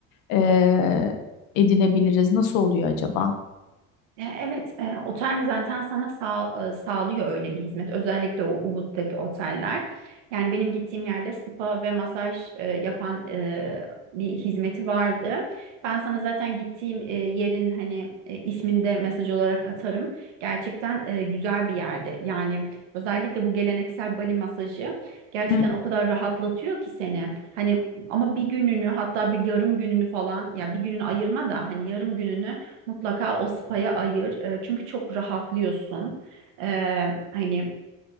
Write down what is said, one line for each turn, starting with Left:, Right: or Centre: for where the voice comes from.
Left: ee, edinebiliriz? Nasıl oluyor acaba?
Right: E, Evet, e, otel zaten sana sağ, e, sağlıyor öyle bir hizmet. Özellikle o Ubud'daki oteller. Yani benim gittiğim yerde spa ve masaj e, yapan e, bir hizmeti vardı. Ben sana zaten gittiğim e, yerin hani e, ismini de mesaj olarak atarım. Gerçekten e, güzel bir yerde. Yani özellikle bu geleneksel Bali masajı gerçekten
Left: Hı,
Right: o kadar rahatlatıyor ki seni. Hani ama bir gününü hatta bir yarım gününü falan ya bir gününü ayırma da hani yarım gününü Mutlaka o spa'ya ayır. E, çünkü çok rahatlıyorsun. E, hani